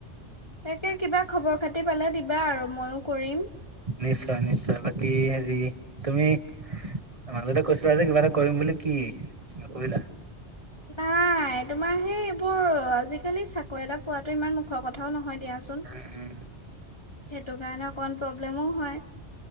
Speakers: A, on the left; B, on the right.
A: তাকে কিবা খবৰ খাতি পালে দিবা আৰু ময়ো কৰিম।
B: নিশ্চয় নিশ্চয় বাকী হেৰি তুমি তোমাক লগতে কৈছিলা যে কিবা এটা কৰিম বুলি কি কৰিলা?
A: নাই তোমাৰ সেই এইবোৰ আজিকালি চাকৰি এটা পোৱাতো ইমান মুখৰ কথাওঁ নহয়। দিয়াচোন,
B: উম উম
A: সেইটো কাৰণে অকমান প্ৰব্লেমো হয়।